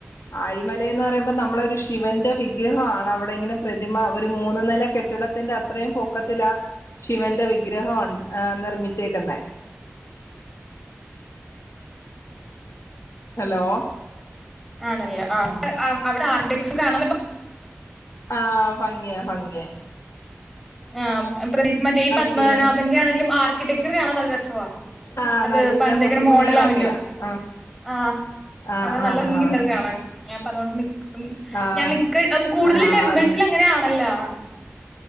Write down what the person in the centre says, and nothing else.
ആണല്ലേ ആ അവിടെ ആർക്കിടെക്സും കാണ
ആ പ്രതീകിച്ച് മറ്റേ ഈ പത്മനാഭന്റെ
ആണെങ്കിലും ആർക്കിടെക്ട് കാണാൻ നല്ല രസവാ
അത്
പണതേക്കട്
മോഡലാണല്ലോ,
ആ
അതാ നല്ല
ഭൻഗിണ്ടത്
കാണാൻ, ഞപ്പ അതൊണ്ട് മും
ഞാൻ മിക്ക കൂടുതൽ
ടെമ്പിൾസിൽ
അങ്ങനെ ആണല്ലോ ആ